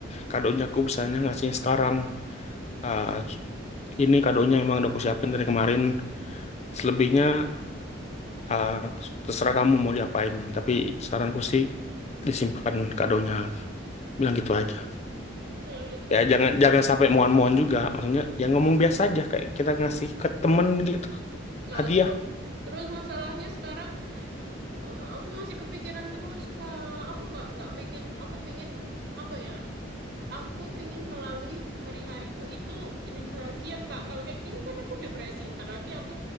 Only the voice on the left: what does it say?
kadonya aku bisanya ngasihnya sekarang. Ah, ini kadonya emang udah aku siapin dari kemarin Selebihnya ah, terserah kamu mau diapain, tapi saranku sih disimpan kadonya. Bilang gitu aja.
Ya jangan jangan sampai mohon-mohon juga. Maksudnya ya ngomong biasa aja kayak kita ngasih ke temen gitu
hadiah.